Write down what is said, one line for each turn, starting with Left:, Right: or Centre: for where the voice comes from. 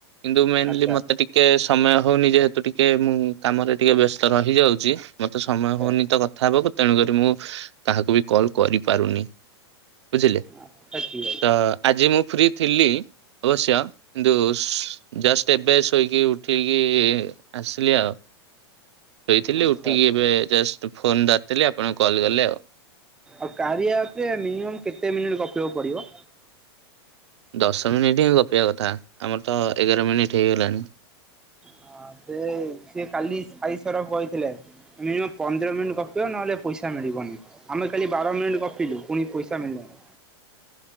Right: କିନ୍ତୁ ମେନ୍‌ଲି
Centre: ଆଚ୍ଛା
Right: ମତେ ଟିକେ ଟିକେ ସମୟ ହୋଉନି ଯେହେତୁ ଟିକେ ମୁଁ କାମରେ ଟିକେ ବ୍ୟସ୍ତ ରହିଯାଉଚି। ମତେ ସମୟ
Centre: ଆଚ୍ଛା
Right: ହୋଉନି ତ କଥା ହବାକୁ। ତେଣୁକରି ମୁଁ କହାକୁ ବି କଲ୍ କରିପାରୁନି ବୁଝିଲେ
Centre: ଆଚ୍ଛା ଠିକ୍ ଅଛି
Right: ତ ଆଜି ମୁଁ ଫ୍ରୀ। ଥିଲି ଅବଶ୍ୟ କିନ୍ତୁ ଜଷ୍ଟ ଏବେ ଶୋଇକି ଉଠକି ଆସିଲି ଆଉ ଶୋଇଥିଲି
Centre: ଆଚ୍ଛା
Right: ଉଠିକି
Centre: ଆଚ୍ଛା
Right: ଏବେ ଜଷ୍ଟ ଫୋନ୍ ଧରିଥିଲି, ଆପଣ କଲ୍ କଲେ ଆଉ।
Centre: ଆଉ କାରିଆ ଆପ୍ ରେ ମିନିମମ୍ କେତେ ମିନିଟ୍ ଗପିବାକୁ ପଡିବ?
Right: ଦଶ ମିନିଟ୍ ହିଁ ଗପିବା କଥା ଆମର ତ ଏଗାର ମିନିଟ୍ ହେଇଗଲାଣି।
Centre: ହଁ ସେ ସିଏ କାଲି ସାଇସରପ୍ କହିଥିଲେ। ମିନିମମ୍ ପନ୍ଦର ମିନିଟ୍ ଗପିବ ନହେଲେ ପଇସା ମିଳିବନି। ଆମେ କାଲି ବାର ମିନିଟ୍ ଗପିଲୁ ପୁଣି ପଇସା ମିଳିଲାନି।